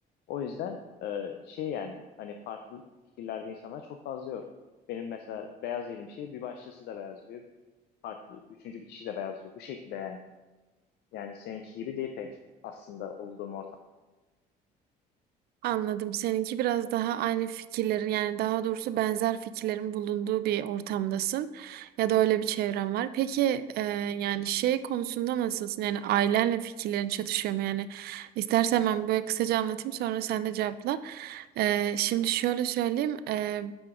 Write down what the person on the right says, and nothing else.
Anladım. Seninki biraz daha aynı fikirlerin yani daha doğrusu benzer fikirlerin bulunduğu bir ortamdasın ya da öyle bir çevren var. Peki e, yani şey konusunda nasılsın? Yani ailenle fikirlerin çatışıyor mu? Yani istersen ben böyle kısaca anlatayım sonra sen de cevapla. E, şimdi şöyle söyleyeyim. e,